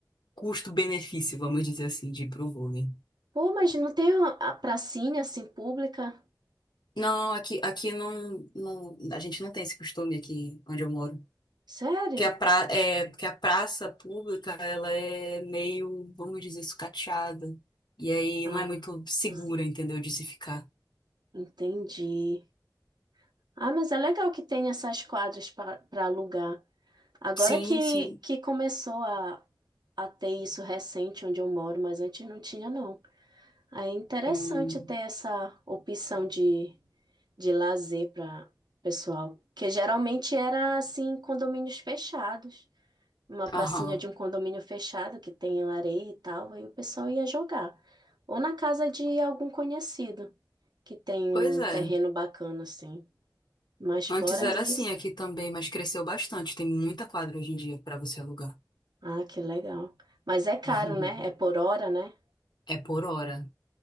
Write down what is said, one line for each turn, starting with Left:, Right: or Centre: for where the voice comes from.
Left: custo-benefício, vamos dizer assim, de ir pro vôlei.
Right: Pô, mas não tem a a pracinha assim pública?
Left: Não, aqui, aqui não, não, a gente não tem esse costume aqui onde eu moro.
Right: Sério?
Left: que a, pra, é, porque a praça pública, ela é meio, vamos dizer, sucateada. E aí
Right: Ah,
Left: não é muito segura,
Right: Se-
Left: entendeu, de se ficar.
Right: entendi. Ah, mas é legal que tem essas quadras para alugar. Agora
Left: Sim,
Right: que,
Left: sim.
Right: que começou a, a ter isso recente onde eu moro, mas antes não tinha, não. Aí é interessante
Left: Hum,
Right: ter essa opção de, de lazer para pessoal, que geralmente era assim, condomínios fechados. uma pracinha
Left: aham.
Right: de um condomínio fechado que tenha areia e tal, aí o pessoal ia jogar. Ou na casa de algum conhecido que tem um
Left: Pois é.
Right: terreno bacana assim. Mas fora
Left: Antes era
Right: isso,
Left: assim aqui também, mas cresceu bastante. Tem muita quadra hoje em dia para você alugar.
Right: ah, que legal. Mas é caro,
Left: <laughs>
Right: né? É por hora, né?
Left: É por hora.